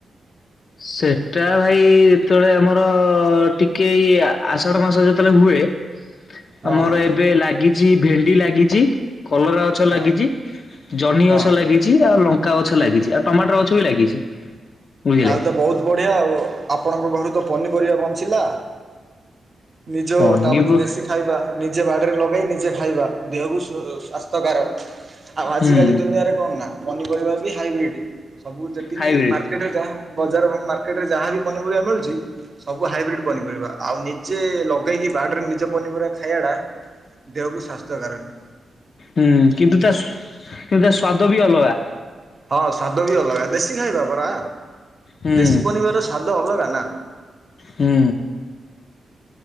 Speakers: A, on the left (about 60°); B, on the right (about 40°).
A: ସେଟା ଭାଇ ଯେତେବେଳେ ଆମର-ଅ-ଅ-ଅ ଟିକେ ଇଏ ଆ-ଆ ଆଷାଢ ମାସ ଯେତେବେଳେ ହୁଏ।
B: ହଁ
A: ଆମର
B: ହଁ
A: ଏବେ ଲାଗିଛି ଭେଣ୍ଡି ଲାଗିଛି କଲରା ଗଛ
B: ହଁ
A: ଲାଗିଛି ଜହ୍ନି ଗଛ
B: ହଁ।
A: ଲାଗିଛି, ଆଉ ଲଙ୍କା ଗଛ ଲାଗିଛି, ଆଉ ଟମାଟର ଗଛ ବି ଲାଗିଛି। ବୁଝିଲେ।
B: ତାହେଲେ ତ ବହୁତ ବଢ଼ିଆ ଆଉ ଆପଣଙ୍କ ଘରୁ ତ ପନିପରିବା ବଞ୍ଚିଲା। ନିଜ
A: ପନିପ
B: ତାପତି
A: ହୁଁ
B: ଦେଶୀ ଖାଇବା ନିଜେ ବାଡିରେ ଲଗେଇ ନିଜେ ଖାଇବା। ଦେହକୁ ସ୍ଵ ସ୍ୱାସ୍ଥ୍ୟକାର ଅଟେ। ଆଉ ଆଜିକାଲି
A: ହୁଁ
B: ଦୁନିଆରେ କଣ ନା ପନିପରିବା ବି ହାଇବ୍ରିଡ଼୍ ସବୁ ଯେତିକି
A: ହାଇବ୍ରିଡ
B: ମା ମାର୍କେଟରେ ଯାହା ବଜାର ମାର୍କେଟରେ ଯାହାବି ପନି ପରିବା ମିଳୁଛି ସବୁ ହାଇବ୍ରିଡ ପନିପରିବା ଆଉ ନିଜେ ଲଗେଇକି ବାଡିରେ ନିଜ ପନିପରିବା ଖାଇବା ଟା ଦେହକୁ ସ୍ୱାସ୍ଥ୍ୟ କାରକ।
A: ହୁଁ କିନ୍ତୁ ତା ସୁ କିନ୍ତୁ ତା ସ୍ଵାଦ ବି ଅଲଗା।
B: ହଁ ସ୍ବାଦ ବି ଅଲଗା ଦେଶୀ ଖାଇବା ପରା।
A: ହୁଁ
B: ଦେଶୀ ପନିବାର ସ୍ୱାଦ ଅଲଗା ନା।
A: ହୁଁ।